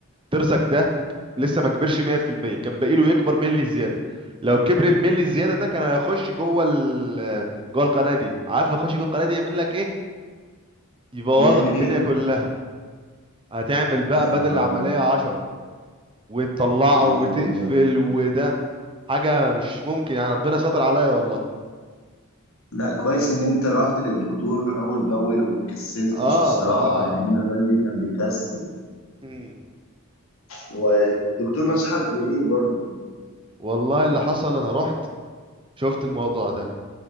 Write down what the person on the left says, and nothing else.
يعمل
إيه؟
يا
نهار
أبيض
يا
نهار أبيض
لا كويس إن أنت رحت للدكتور أول بأول وما كسلتش
الصراحة
يعني أنا والدي كان بيكسل
والدكتور نصحك بإيه برضه؟